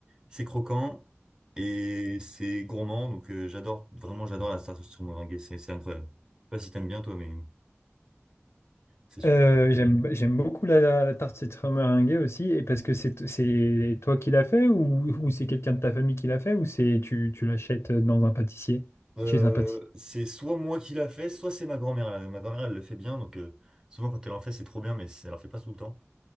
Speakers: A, on the right; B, on the left.
A: c'est croquant et c'est gourmand. Donc, euh, j'adore, vraiment, j'adore la tarte au citron meringuée. C'est, c'est incroyable. Je sais pas si t'aimes bien toi, mais c'est super.
B: Euh, j'aime, j'aime beaucoup la, la tarte citron meringuée aussi, et parce que c'est, c'est toi qui l'as fait ou, ou c'est quelqu'un de ta famille qui l'a fait ou c'est tu, tu l'achètes dans un pâtissier,
A: Euh,
B: chez un pâtissier.
A: c'est soit moi qui l'a fait, soit c'est ma grand-mère. Euh, Ma grand-mère, elle le fait bien. Donc, euh, souvent quand elle en fait, c'est trop bien, mais c'est- elle en fait pas tout le temps.